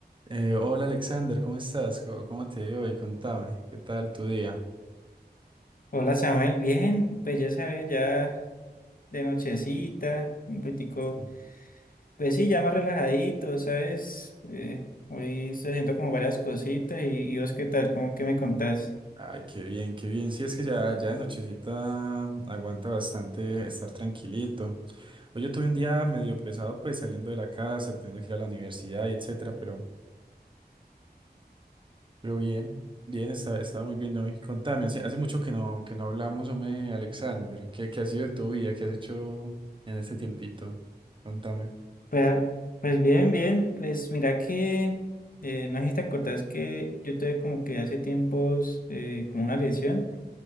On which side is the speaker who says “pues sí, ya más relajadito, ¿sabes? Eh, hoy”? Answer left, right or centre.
Left